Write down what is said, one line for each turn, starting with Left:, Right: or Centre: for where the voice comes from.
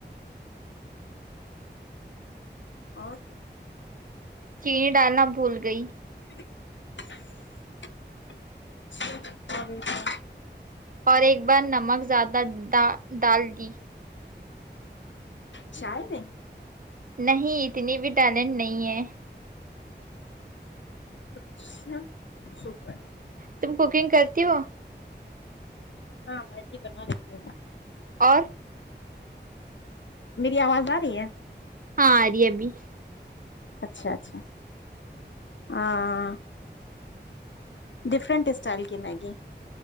Left: اور
Right: ک ڈالناا پھول گئی
Left: <inaudible>
Right: اور ایک بار نمک زیادہ ڈ ڈال پی
Left: چائے میں
Right: نہیں اتنی بھی ٹیلنٹ نہیں ہے
Left: اچھا شوک ہے
Right: تم کوکنگ کرتی ہو
Left: ہاں مجی بنا لیتی ہ
Right: اور
Left: میری آواز آ رہی ہے
Right: ہاں آ رہی ابھی
Left: اچھا اچھا ہاں ڈفرنٹ اسٹائل کی میگی